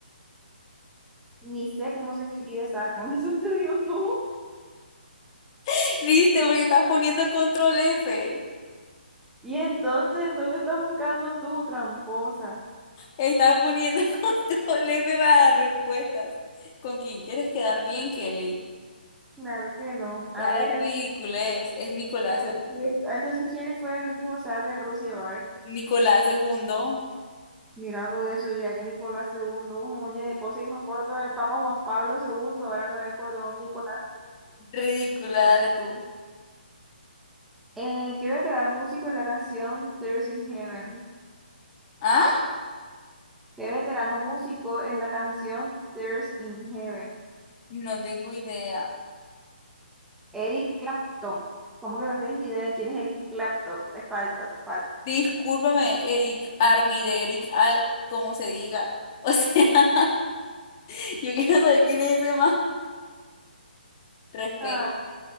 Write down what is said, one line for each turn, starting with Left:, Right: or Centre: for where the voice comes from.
Centre: Ni sé cómo se escribe zar, <laughs> con eso te digo tú.
Left: <laughs> ¿Viste? Porque estás poniendo control F.
Centre: Y entonces, ¿en ¿dónde estás buscando tú, tramposa?
Left: Estás poniendo <laughs> control F para las respuestas. ¿Con quién quieres quedar bien, Kelly?
Centre: Claro que no. A
Left: Ya la
Centre: ver.
Left: ridiculez. Es Nicolás
Centre: Bueno,
Left: segundo,
Centre: Entonces, ¿quién fue el último zar de Rusia, va
Left: Nicolás segundo,
Centre: Mira todo eso, ya que Nicolás segundo un montón de cosas, y me acuerdo del Papa Juan Pablo segundo ahora me acuerdo de Nicolás.
Left: Ridícula, dale tú.
Centre: Eh, ¿qué veterano músico es la canción Tears in Heaven?
Left: ¿Ah?
Centre: ¿Qué veterano músico es la canción Tears in Heaven?
Left: No tengo idea.
Centre: Eric Clapton. ¿Cómo que no tienes idea de quién es Eric Clapton? Te falta, te falta.
Left: Discúlpame, Eric Armide, Eric Al, como se diga. O sea, <laughs> yo quiero saber quién es ese más. Respeto.
Centre: Ah,